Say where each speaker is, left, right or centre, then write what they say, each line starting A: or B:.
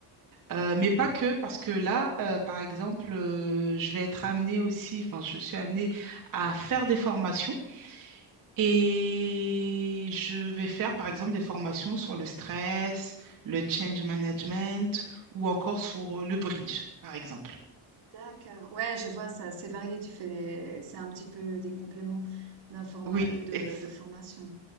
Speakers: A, on the right; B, on the right.
A: Euh, mais pas que, parce que là, euh, par exemple, euh, je vais être amenée aussi, enfin, je suis amenée à faire des formations et je vais faire par exemple des formations sur le stress, le change management ou encore sur euh, le bridge, par exemple.
B: D'accord. Ouais, je vois ça. C'est varié. Tu fais des... c'est un petit peu des compléments d'informa...
A: Oui,
B: euh, de,
A: ex-
B: de formation.